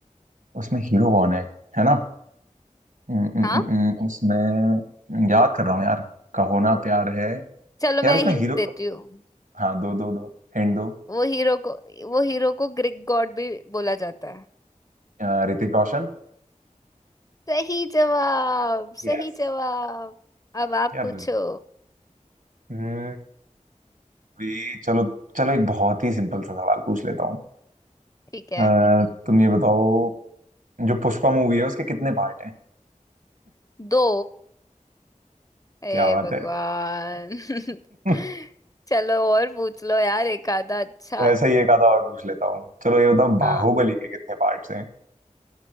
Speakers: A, on the right; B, on the left.
A: उसमें हीरो कौन है है ना उम, उम,
B: हाँ
A: उम, उम, उसमें याद कर रहा हूँ यार कहो ना प्यार है
B: चलो मैं
A: यार उसमें
B: हिंट
A: हीरो
B: देती
A: कौन?
B: हूँ
A: हाँ दो दो दो हिंट दो
B: वो हीरो को वो हीरो को ग्रीक गॉड भी बोला जाता है
A: अ, ऋतिक रोशन
B: सही जवाब सही
A: यस
B: जवाब अब आप
A: यार
B: पूछो
A: हम्म, भी चलो चलो एक बहुत ही सिंपल सा सवाल पूछ लेता हूँ
B: ठीक है
A: अ, तुम ये बताओ जो पुष्पा मूवी है उसके कितने पार्ट हैं
B: दो हे
A: क्या बात
B: भगवान
A: है
B: <laughs>
A: <laughs>
B: चलो और पूछ लो यार एक आधा अच्छा
A: ऐसा ही एक आधा और पूछ लेता हूँ चलो ये बताओ
B: हाँ
A: बाहुबली के कितने पार्ट्स हैं